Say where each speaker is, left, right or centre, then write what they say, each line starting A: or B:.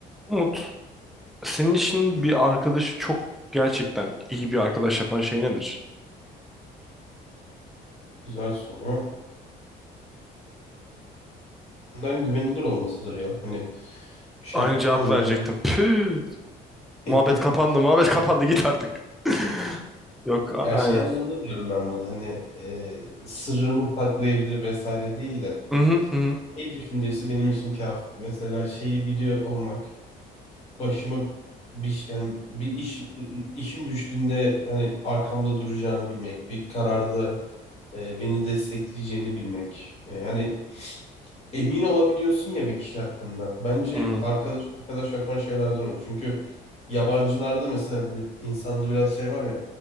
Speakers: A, in the centre; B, on the left.
A: Umut, senin için bir arkadaşı çok gerçekten iyi bir arkadaş yapan şey nedir?
B: Güzel soru. Bundan güvenilir olmasıdır ya. Hani şey
A: Aynı cevabı
B: anlamda
A: verecektim.
B: değil.
A: Püh,
B: <laughs>
A: muhabbet kapandı, muhabbet kapandı git artık. <laughs> Yok, a-
B: Ya
A: aynen.
B: şey anlamda diyorum ben bunu. Hani e, sırrımı saklayabilir vesaire değil de. Hani
A: Hı hı hı
B: şey düşüncesi benim için kafi. Mesela şeyi biliyor olmak. Başıma bir, şey- yani bir iş işim düştüğünde hani arkamda duracağını bilmek. Bir kararda e, beni destekleyeceğini bilmek. E, hani emin olabiliyorsun ya bir kişi hakkında. Bence
A: hı
B: arkadaş arkadaş yapan şeylerden o. Çünkü yabancılarda mesela hani insanda biraz şey var ya